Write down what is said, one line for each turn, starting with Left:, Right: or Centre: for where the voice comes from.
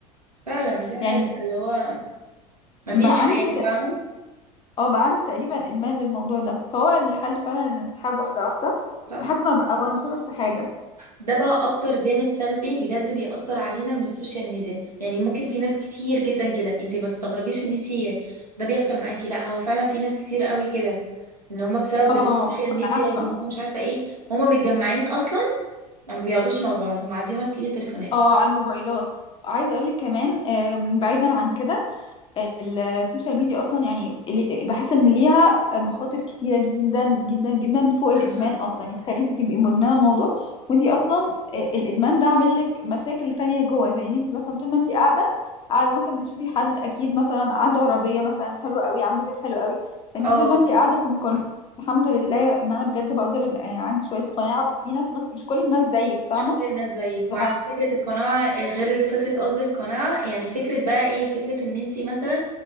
Right: فعلا دي حقيقة
Left: يعني
Right: اللي هو مفيش
Left: بقى عندي
Right: حياة فاهمة
Left: اه بقى عندي تقريبا ادمان للموضوع ده فهو الحل فعلا الانسحاب واحده واحده
Right: صح
Left: لحد ما بقى وانشغل في حاجه
Right: ده بقى اكتر جانب سلبي بجد بيأثر علينا من السوشيال ميديا يعني ممكن في ناس كتير جدا كده انتي ما تستغربيش ان انتي ده بيحصل معاكي لا هو فعلا في ناس كتير قوي كده ان هما بسبب
Left: اه
Right: السوشيال
Left: ما
Right: ميديا
Left: انا عارفه
Right: وان هما مش عارفة ايه هما متجمعين اصلا ما بيقعدوش مع بعض هما قاعدين ماسكين التليفونات
Left: اه على الموبايلات عايزه اقول لك كمان آم، بعيدا عن كده السوشيال ميديا اصلا يعني اللي- بحس ان ليها مخاطر كتيره جدا جدا جدا فوق الادمان
Right: يا نهار أبيض
Left: اصلا يعني تخيلي انت تبقي مدمنه الموضوع وانت اصلا آه، الادمان ده عامل لك مشاكل تانية جوه زي ان انت مثلا طول ما انت قاعده قاعده مثلا بتشوفي حد اكيد مثلا عنده عربيه مثلا حلوه قوي عنده بيت حلو قوي فانت
Right: اه
Left: طول ما انت قاعده في مقارنه الحمد لله ان انا بجد بقدر إن- آه، عندي شويه قناعه بس في ناس مثلا مش كل الناس زيك فاهمه
Right: مش كل الناس زيك
Left: ف...
Right: وعارفه فكره القناعه آه، غير فكره قصدي القناعه يعني فكره بقى ايه فكره ان انت مثلا